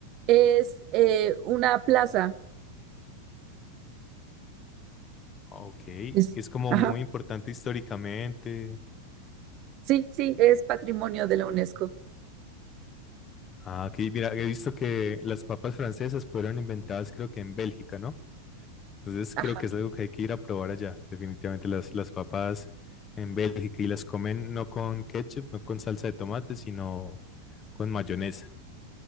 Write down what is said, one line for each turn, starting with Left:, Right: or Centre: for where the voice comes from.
Right: Es eh, una plaza
Left: Ok,
Right: Es,
Left: es como
Right: ajá,
Left: muy importante históricamente.
Right: sí, sí, es patrimonio de la UNESCO.
Left: Ah, ok, mira, he visto que las papas francesas fueron inventadas creo que en Bélgica, ¿no? Entonces
Right: Ah,
Left: creo que es algo que hay que ir a probar allá. Definitivamente las, las papas en Bélgica y las comen no con ketchup, no con salsa de tomate, sino con mayonesa.